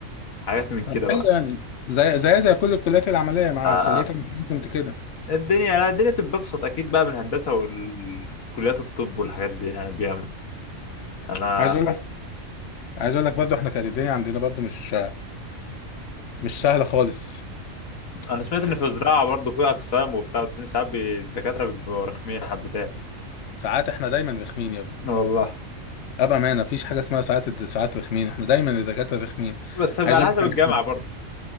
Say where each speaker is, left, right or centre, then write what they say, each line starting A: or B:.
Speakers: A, on the left; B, on the left.
A: حاجات من
B: طب
A: كده
B: حلو
A: بقى
B: يعني زي زي زي كل الكليات العمليه مع
A: آه
B: كليتك كنت كده
A: الدنيا لا الدنيا تبقى أبسط أكيد بقى من الهندسة والكليات الطب والحاجات دي يعني بيعمل أنا
B: عايز اقول لك عايز اقول لك برضه احنا كانت الدنيا عندنا برضه مش مش سهله خالص
A: أنا سمعت إن في زراعة برضه في أقسام وبتاع والدنيا ساعات بي- الدكاترة بيبقوا رخمين حبتين
B: ساعات احنا دايما رخمين يا ابني
A: والله
B: ابقى ما مفيش حاجه اسمها ساعات الد- ساعات رخمين احنا دايما الدكاتره رخمين
A: بس بيبقى
B: عايز
A: على
B: اقول
A: حسب
B: لك انا
A: الجامعة
B: كده-
A: برضه